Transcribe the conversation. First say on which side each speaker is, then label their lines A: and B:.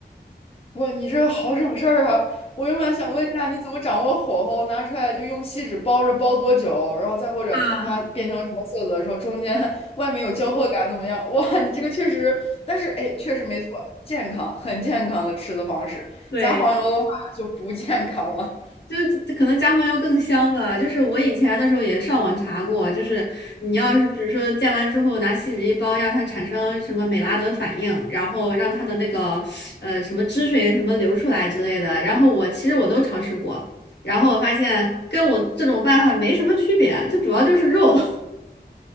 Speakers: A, on the left (about 35°); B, on the left (about 75°).
A: 哇，你这好省事儿啊！我原本想问一下，你怎么掌握火候？拿出来就用锡纸包着，包多久？然后再或者看它变成什么色泽的时候，
B: 啊，
A: 中间 <laughs> 外面有焦褐感怎么样？哇，你这个确实，但是哎，确实没错，健康，很健康的吃的方式。
B: 对。
A: 加黄油的话就不健康了。
B: 就是可能加黄油更香吧。就是我以前的时候也上网查过，就是你要是比如说煎完之后拿锡纸一包，让它产生什么美拉德反应，然后让它的那个呃什么汁水什么流出来之类的。然后我其实我都尝试过，然后我发现跟我这种办法没什么区别，它主要就是肉。